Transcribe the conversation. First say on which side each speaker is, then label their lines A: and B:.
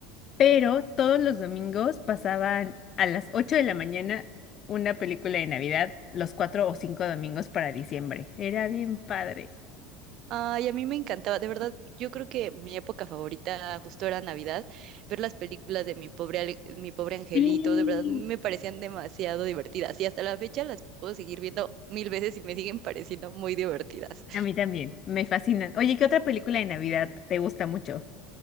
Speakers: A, on the left; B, on the right.
A: Pero todos los domingos pasaban a las 8 de la mañana una película de Navidad, los cuatro o cinco domingos para diciembre. Era bien padre.
B: Ay, a mí me encantaba, de verdad, yo creo que mi época favorita justo era Navidad, ver las películas de Mi Pobre, Ale- Mi Pobre Angelito,
A: Sí.
B: de verdad me parecían demasiado divertidas y hasta la fecha las puedo seguir viendo mil veces y me siguen pareciendo muy divertidas.
A: A mí también, me fascina. Oye, ¿qué otra película de Navidad te gusta mucho?